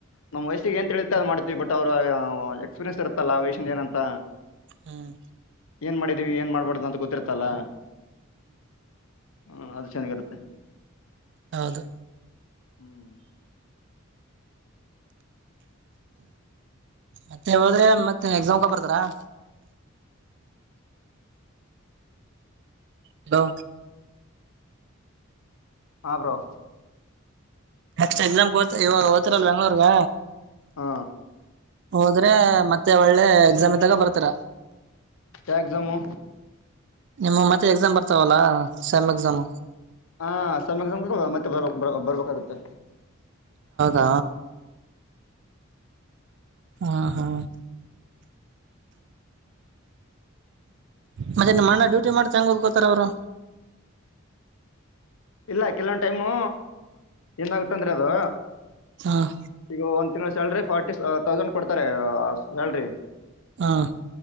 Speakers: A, on the left; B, on the right.
A: ನಮ್ ವಯಸ್ಸಿಗೆ ಏನ್ಂತ ಹೇಳತಿ ಅ್ ಮಾಡ್ತತಿವಿ ಬಟ್ ಅವ್ ಅವ ಎಕ್ಸ್ಪೀರಿಯೆನ್ಸ್ ಇರುತ್ತಲ್ಲ ವೈಷನ್ ಏನಂತ
B: ಹ್ಮ್
A: ಏನ್ ಮಾಡಿದೀವಿ ಏನ್ ಮಾಡ್ಬಾರ್ದು ಅಂತ ಗೊತ್ತಿರ್ತಲ್ಲ ಹ ಅದು ಚೆನ್ನಾಗಿರುತ್ತೆ
B: ಹೌದು
A: ಹ್ಮ್
B: ಮತ್ತೆ ಹೋದ್ರೆ ಮತ್ತೆ ಎಕ್ಸಾಮ್ಕ ಬರ್ತಾರ <inaudible> ಹಲೋ
A: ಹ ಬ್ರೋ
B: ಎಕ್ಸ್ಟ್ರಾ ಎಕ್ಸಾಮ ಕ ಇವಾಗ ಹೋತಿರಲ್ ಬೆಂಗ್ಳೂರ್ಗ
A: ಹಾ
B: ಹೋದ್ರೆ ಮತ್ತೆ ಒಳ್ಳೆ ಸಮಯ ತಾಗ ಬರ್ತಾರ
A: ಎಟಕ್ ಜಮ್ಮು
B: ನಿಮ್ಮ ಮತ್ತೆ ಎಕ್ಸಾಮ್ ಬರ್ತಾವಲ್ಲಾ ಸೆಮ್ ಎಕ್ಸಾಮ್
A: ಹ ಸಮ ಮತ್ತೆ ಬರ್ ಬರ್ಬೇಕಾಗತ್ತೆ
B: ಹಾ ಹಾ ಹಾ ಮತ್ತೆ ನಿಮ್ಮಣ್ಣ ಡ್ಯೂಟಿ ಮಾಡ್ತಾಂಗ ಓದ್ಕೋತಾರ ಅವರು
A: ಇಲ್ಲ ಕೆಲವೊಂದು ಟೈಮು ಏನ್ ಆಗತಂದ್ರೆ ಅದು
B: ಹ್ಮ್
A: ಈಗ ಒಂದ್ ತಿಂಗಗಳ ಸ್ಯಾಲ್ರಿ ಫಾರ್ಟಿ ತೌಸಂಡ್ ಕೊಡ್ತಾರೆ ಸ್ಯಾಲ್ರಿ
B: ಹ್ಮ್